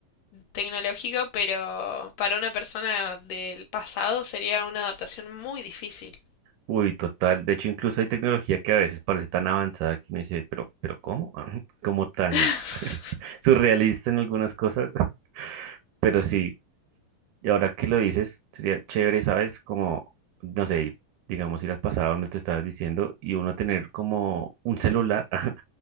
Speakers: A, on the left; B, on the right.
A: tecnológico, pero para una persona del pasado sería una adaptación muy difícil.
B: Uy, total. De hecho, incluso hay tecnología que a veces parece tan avanzada que uno dice, pero, pero ¿cómo? <laughs> Como tan
A: <laughs>
B: <laughs> surrealista en algunas cosas. <laughs> Pero sí. Y ahora que lo dices, sería chévere, ¿sabes? Como, no sé, digamos ir al pasado donde te estabas diciendo y uno tener como un celular <laughs>